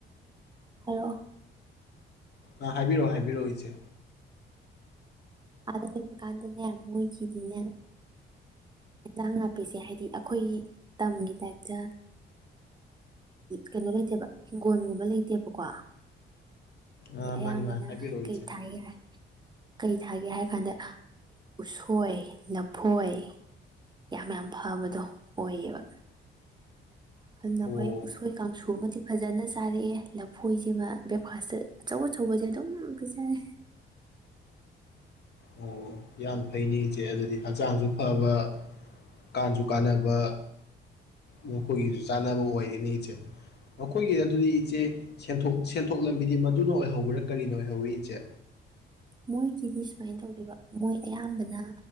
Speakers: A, on the right; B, on the left.
A: ꯍꯣ
B: ꯑ ꯍꯥꯏꯕꯤꯔꯛꯑꯣ ꯍꯥꯏꯕꯤꯔꯛꯑꯣ ꯏꯆꯦ
A: ꯑꯥꯗ ꯂꯩꯕ ꯀꯥꯟꯗꯅꯦ ꯃꯣꯏꯒꯤꯗꯤꯅꯦ ꯏꯟꯖꯥꯡ ꯅꯥꯄꯤꯁꯦ ꯍꯥꯏꯗꯤ ꯑꯩꯈꯣꯏꯒꯤ ꯇꯝꯒꯤ ꯇꯥꯏꯞꯇ ꯀꯩꯅꯣ ꯂꯩꯇꯦꯕ ꯍꯤꯡꯒꯣꯜꯒꯨꯝꯕ ꯂꯩꯇꯦꯕꯀꯣ
B: ꯑ ꯃꯥꯅꯤ
A: ꯑꯌꯥꯝꯕꯅ
B: ꯃꯥꯅꯤ ꯍꯥꯏꯕꯤꯔꯛꯑꯣ ꯏꯆꯦ
A: ꯀꯩ ꯊꯥꯏ ꯌꯥꯏ ꯀꯩ ꯊꯥꯒꯦ ꯍꯥꯏꯔ ꯀꯥꯟꯗ ꯎꯁꯣꯏ ꯂꯐꯣꯏ ꯌꯥꯝ ꯌꯥꯝ ꯐꯕꯗꯣ ꯑꯣꯏꯌꯦꯕ ꯑꯗꯨꯅ
B: ꯑꯣ
A: ꯑꯩꯈꯣꯏ ꯎꯁꯣꯏ ꯀꯥꯡꯁꯨ ꯑꯃꯗꯤ ꯐꯖꯅ ꯆꯥꯔꯛꯑꯦ ꯂꯐꯣꯏꯁꯤꯃ ꯕ꯭ꯔꯦꯛꯐꯥꯁꯇ ꯑꯆꯧ ꯑꯆꯧꯕꯁꯦ ꯑꯗꯨꯝ ꯄꯤꯖꯔꯦ
B: ꯑꯣ ꯌꯥꯝ ꯐꯩꯅꯤ ꯏꯆꯦ ꯑꯗꯨꯗꯤ ꯍꯛꯆꯥꯡꯁꯨ ꯐꯕ ꯀꯥꯟꯁꯨ ꯀꯥꯟꯅꯕ ꯃꯈꯣꯏꯒꯤꯁꯨ ꯆꯥꯅꯕ ꯑꯣꯏꯒꯅꯤ ꯏꯆꯦ ꯃꯈꯣꯏꯒꯤ ꯑꯗꯨꯗꯤ ꯏꯆꯦ ꯁꯦꯟꯊꯣꯛ ꯂꯝꯕꯤꯗꯤ ꯃꯗꯨꯅ ꯑꯣꯏꯍꯧꯕ꯭ꯔꯥ ꯀꯔꯤꯅꯣ ꯑꯣꯏꯍꯧꯋꯤ ꯏꯆꯦ
A: ꯃꯣꯏꯒꯤꯗꯤ ꯁꯨꯃꯥꯏꯅ ꯇꯧꯗꯣꯏꯕ ꯃꯣꯏ ꯑꯌꯥꯝꯕꯅ